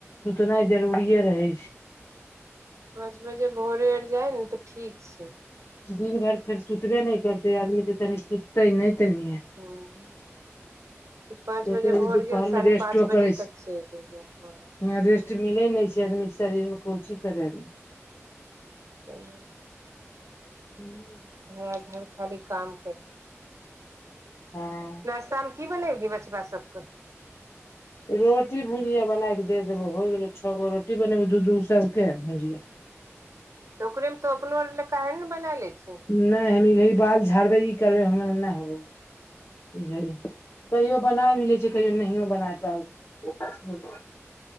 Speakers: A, on the left; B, on the right.
A: सुतनै जरूरिेये रहै छै
B: पाँच बजे भोरे आर जाइ न तऽ ठीक छै
A: दिन भर फेर सुतबे नै करते आदमी तऽ तनी सुतते नै तनही
B: <unintelligible> पाँच बजे
A: एते
B: भोर
A: दुपहरमे
B: गेल साढ़े
A: रेस्टो
B: पाँच बजे
A: करै छै
B: तक चैल ऐबै हँ
A: यहाँ रेस्ट मिले नै छै आदमी कऽ शरीर में कोन चीज करे
B: <unintelligible>
A: <unintelligible>
B: हऽ धड़ खाली काम करी
A: <inaudible> हँ
B: नाश्ता में की बनैबहि बचबा सभ कऽ
A: रोटी भुजिया बनाय कऽ दे देबो होइ गेलै छ गो रोटी बनेबै दू दू गो सभ केँ भुजिया <inaudible>
B: तऽ ओकरे में तऽ अपनो आर ले काहे न बना लय छिही
A: नै हम ई घड़ी बाल झाड़बै ई करबै हमरा नै ह <unintelligible> ई घड़ी कहियो बना भि लैछै कहियो नहियो बनाइ पाबै <unintelligible>